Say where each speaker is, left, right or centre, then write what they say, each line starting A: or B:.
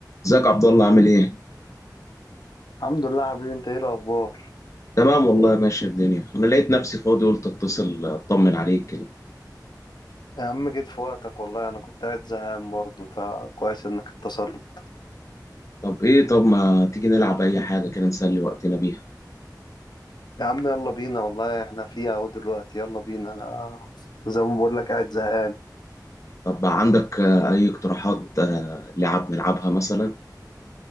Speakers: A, on the left; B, on the left.
A: ازيك عبد الله عامل ايه؟
B: الحمد لله يا حبيبي انت ايه الاخبار
A: تمام والله ماشية الدنيا انا لقيت نفسي فاضي قلت اتصل اطمن عليك كده
B: يا عم جيت في وقتك والله انا كنت قاعد زهقان برضه فكويس انك اتصلت
A: طب ايه طب ما تيجي نلعب اي حاجة كده نسلي وقتنا بيها
B: يا عم يلا بينا والله احنا فيها اهو دلوقتي يلا بينا انا زي ما بقول لك قاعد زهقان
A: طب عندك آه، اي اقتراحات آه، لعب نلعبها مثلا